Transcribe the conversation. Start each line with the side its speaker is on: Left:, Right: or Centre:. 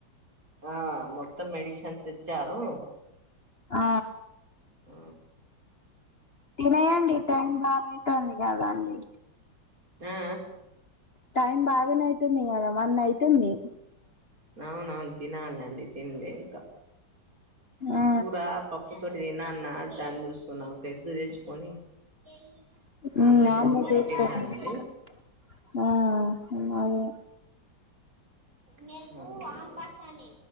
Right: ఆ మొత్తం మెడిసన్ తెచ్చారు
Left: ఆ
Right: ఆ
Left: తినేయండి టైం బాగ అవుతది కదా అండి
Right: ఆ
Left: టైం బానే అయితుంది కదా వన్ అయితుంది
Right: అవున అవును తినాలి అండి తినలే ఇంకా
Left: ఆ
Right: కూర పప్పు తోటి నాన్న దాన్ని చూస్తున్నా ఒక ఎగ్ తెచ్చుకొని <unintelligible>
Left: <unintelligible>
Right: ఆమ్లెట్ వేసుకొని తింటానండి
Left: ఆ అదే
Right: నే అమ్ పసాని